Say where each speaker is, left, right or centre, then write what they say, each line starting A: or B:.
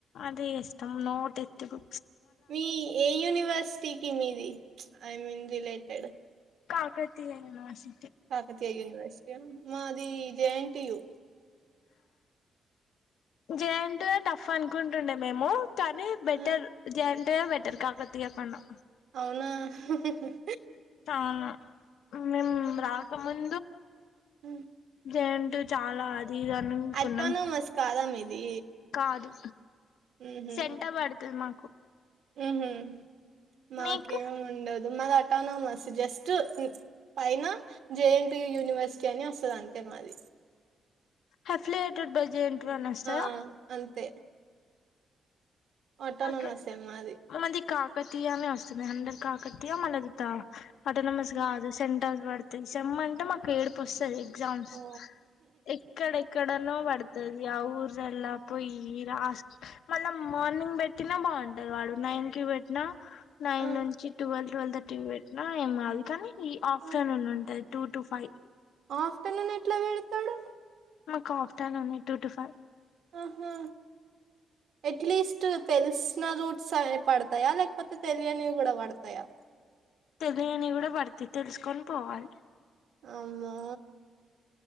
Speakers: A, on the left; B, on the right.
A: అదే ఎష్టం నోటిత్తుకు
B: మీ ఏ యూనివర్సిటీకి మీది ప్చ్ I mean related
A: Kakatiya university
B: Kakatiya university ఆ మాది జేఎన్ టియు
A: జెనటీయు యు టఫ్ అనుకుంటుండే మేము కానీ బెటర్
B: ఆ,
A: జెన్టియు బెటర్ కాకతీయ కన్నా
B: అవునా హ్హ్
A: చనా మేం రాకముం
B: హమ్
A: జెన్టియు చాలా అది ఇది అ అనుకున్నాం
B: అటానమస్ కాదా మీది
A: కాదు
B: ఉహు
A: సెంటా బడుతది మా
B: ఉహు మాకేం
A: మీకు
B: ఉండదు మాది అటానమస్ జస్ట్ ఉ పైన జేన్టియు యూనివర్సిటీ అని వస్తది అంతే మాది
A: హెఫ్లియేటెడ్ బజ ఏంటిరా అనొస్తాయా
B: ఆ అంతే అటానమసే
A: మాకే
B: మాది
A: మది కా కాకతయనే వస్తది హండ్రెడ్ కాకతయ మళ్ళది త అటోనమస్ గాదు సె టన్ పడతి చెమ్ అంటే మాకు ఏడుపు వస్తది. గ్జమ్స్
B: ఉ
A: ఎక్కడెక్కడన పడు ది ఆఊరల్ పోయి రాస్ మళ్ళ మార్నింగ్ బట్ తిన బావుంటది వాడు నైన్ కి పెట్టిన నైన్
B: ఆ
A: నుంచి ట్వెల్ ట్వెల్వ్ థర్టీకి పెట్టినా ఏమదు కానీ ఈ ఆఫ్లైన్
B: ఆ
A: ఉం ఉంటది టూ టు ఫైవ్
B: ఆఫ్టర్నూన్ ఎట్లా వెడతాడు.
A: మాకు ఆఫ్టేర్నూన్ నే టూ టు ఫైవ్
B: ఓహా ఎట్లీస్ట్ తెలిసిన రూట్స్ అ పడతాయా, లేకపోతే తెలియనివి కూడా పడతాయా?
A: తెలియనివి కూడా పడతయ్ తెలుసుకొని పోవాలి.
B: అమ్మో